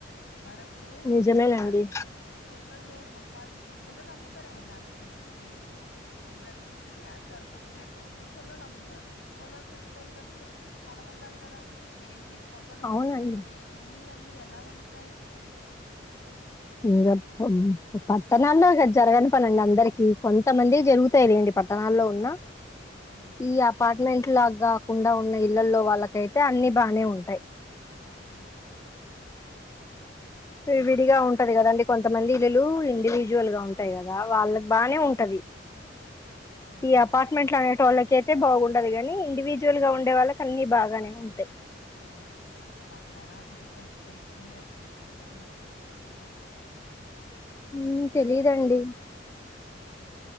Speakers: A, on the left; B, on the left.
A: మరప్పుడు
B: నిజమేనండి
A: ఎక్కడ పుల్లలు సంపాదించుకుండు పుల్లలమ్ముతారేమన్నా నాకు తెలిసి ఇప్పుడద్ గ్యాస్ దొరకట్లేదు కాబట్టి పుల్లలమ్ముతారు పుల్లలు పెట్టుకోవాలి కంటే స్థలం ఉండాలి కదా అయన్ని పొగలు
B: అవునండి
A: ఈ ఇల్లన్నీ ఎలా ఉంటాయి.
B: ఇంగ ప పట్టనాల్లో జరగని పనండి అందరికి కొంతమందివి జరుగుతాయిలేండి. పట్టణాల్లో ఉన్నా
A: హ్మ్.
B: ఈ అపార్ట్ మెంట్లా గాకుండా ఉన్న ఇళ్లల్లో వాళ్ళకైతే అన్ని బానే ఉంటాయ్.
A: మ్
B: విడివిడిగా
A: హ్మ్.
B: ఉంటది కదండి. కొంతమంది ఇల్లులు ఇండివిజ్వల్గా ఉంటాయి కదా వాళ్ళక్ బానే ఉంటది.
A: హ్మ్.
B: ఈ అపార్ట్మెంట్లా టోళ్ళకయితే బాగుండదు గాని ఇండివిజువల్గా ఉండే వాళ్ళకి అన్ని బాగానే ఉంటాయి.
A: బంగారం రేటెంత పలుకుతుందో తెలుసా మీకు
B: మ్ తెలీదండి.